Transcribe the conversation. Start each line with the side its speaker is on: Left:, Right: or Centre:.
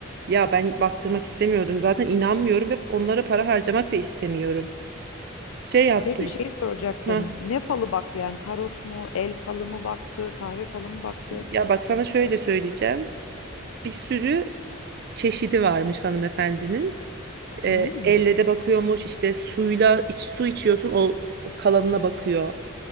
Right: Ya ben baktırmak istemiyordum zaten inanmıyorum ve onlara para harcamak da istemiyorum. Şey yaptı
Left: Peki
Right: işte.
Left: şeyi soracaktım.
Right: Ha,
Left: Ne falı baktı yani tarot mu, el falı mı baktı, kahve falı mı baktı?
Right: ya bak sana şöyle söyleyeceğim. Bir sürü çeşidi varmış hanımefendinin. E,
Left: Hmm.
Right: elle de bakıyormuş işte suyla iç, su içiyorsun o kalanına bakıyor.